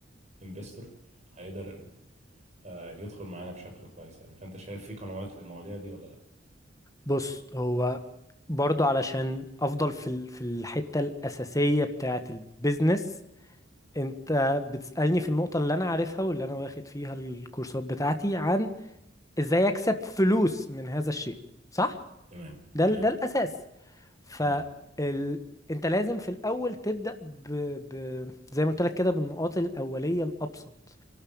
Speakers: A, on the right; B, on the left.
A: انفستور هيقدر آه، يدخل معانا بشكل كويس يعني فانت شايف في قنوات للمواضيع دي ولا لا
B: بص هو برضو علشان افضل في ال- في الحتة الأساسية بتاعة البيزنس انت بتسألني في النقطة اللي انا عارفها واللي انا واخد فيها الكورسات بتاعتي عن ازاي اكسب فلوس من هذا الشيء صح؟
A: تمام
B: ده
A: تمام
B: ال- ده الأساس فال...
A: تمام
B: انت لازم في الاول تبدا ب... ب... زي ما قلت لك كده بالنقاط الاوليه الابسط